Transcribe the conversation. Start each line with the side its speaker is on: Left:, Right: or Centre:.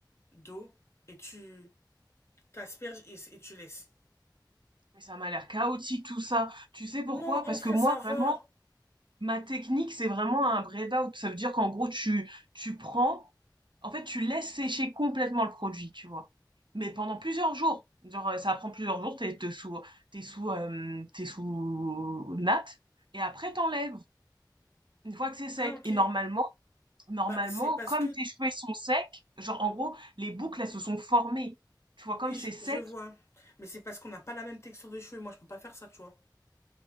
Left: d'eau et tu t'asperges et, et tu laisses.
Right: mais ça m'a l'air chaotique tout ça. Tu sais
Left: Non,
Right: pourquoi?
Left: en
Right: Parce
Left: vrai,
Right: que moi,
Left: ça va.
Right: vraiment. Ma technique, c'est vraiment un braid out. Ça veut dire qu'en gros, tu, tu prends, en fait, tu laisses sécher complètement le produit, tu vois. Mais pendant plusieurs jours. Genre, euh, ça prend plusieurs jours, t'es t'es sous, t'es sous, euh, t'es sous natte. Et après, t'enlèves, une fois que c'est sec.
Left: Ah, ok.
Right: Et normalement, normalement,
Left: Bah, c'est parce
Right: comme
Left: que,
Right: tes cheveux, ils sont secs, genre, en gros, les boucles, elles se sont formées. Tu vois, comme
Left: oui,
Right: c'est
Left: je,
Right: sec,
Left: je vois. Mais c'est parce qu'on n'a pas la même texture de cheveux. Moi, je peux pas faire ça, tu vois.